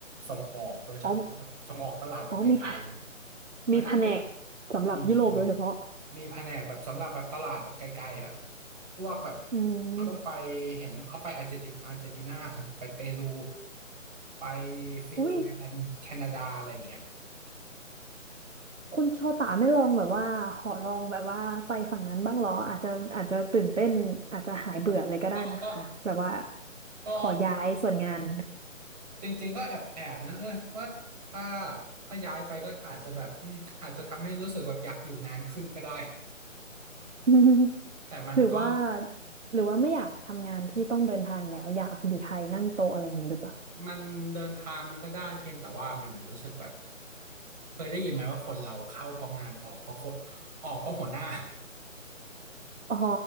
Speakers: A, on the right (about 30°); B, on the right (about 65°).
A: ส่งออกโดยเฉพาะแบบส่งออกตลาดแบบไกล
B: อ๋ออ๋อมีแผ
A: ๆมันก็จะ
B: มีแผนกสำหรับยุโรปโดยเฉพาะ
A: มีมีมีมีแผนกแบบสำหรับแบบตลาดแบบไกลๆฮะพวกแบบ
B: อืม
A: เขาต้องไปเห็นเขาไปอาร์เจนตินอาร์เจนตินาไปเปรูไปฟินแลนด์แคนาดาอะไรอย่างเงี้ย
B: อุ้ย คุณโชตาไม่ลองแบบว่าขอลองแบบว่าไปฝั่งนั้นบ้างเหรออาจจะอาจจะตื่นเต้นอาจจะหายเบื่อเลยก็ได้นะคะแบบว่า
A: ก็ก็ก็
B: ขอย้ายส่วนงาน
A: จริงๆก็แอบแอบนะเออว่าถ้าถ้าย้ายไปก็อาจจะแบบอืมอาจจะทำให้รู้สึกแบบอยากอยู่นานขึ้นก็ได้
B: <laughs> อืม
A: แต่มันก็
B: หรือว่าหรือว่าไม่อยากทำงานที่ต้องเดินทางแล้วอยากอยู่ไทยนั่งโต๊ะอะไรอย่างนี้หรือเปล่า
A: มันเดินทางมันก็ได้เพียงแต่ว่ามันรู้สึกแบบเคยได้ยินไหมว่าคนเราเข้าเพราะงานออกเพราะคนออกเพราะหัวหน้า
B: อ๋อ